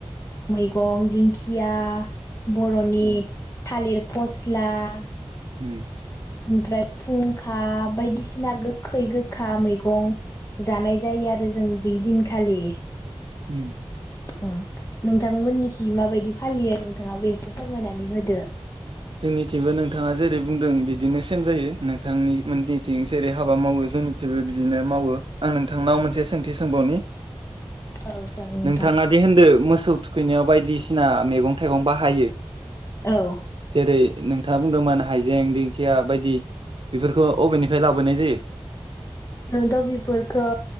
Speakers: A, on the left; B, on the right.
A: मैगं दिंखिया बर'नि थालिर फस्ला आ
B: उम
A: ओमफ्राय फुंखा बायदिसिना गोखै गोखा मैगं जानाय जायो आरो जों बि दिनखालि।
B: उम
A: ओ नोंथांमोननिखि माबायदि फालियो नोंथाङाबो एसे फोरमायनानै होदो।
B: जोंनिथिंबो नोंथाङा जेरै- बुंदों बिदिनो सेम जायो। नोंथांनि मोनदिथि जेरै हाबा मावो जोंनिथिबो बिदिनो मावो। आं नोंथांनाव मोनसे सोंथि सोंबावनि
A: औ जागोन नोंथां
B: नोंथाङा दे होनदो मोस खौ थुखैनायाव बायदिसिना मेगं-थाइगं बाहायो।
A: औ
B: जेरै नोंथांङा बुंदोंमोन हाइजें दिंखिया बायदि बेफोरखौ अबेनिफ्राय लाबोनाय जायो?
A: जोंथ बेफोरखौ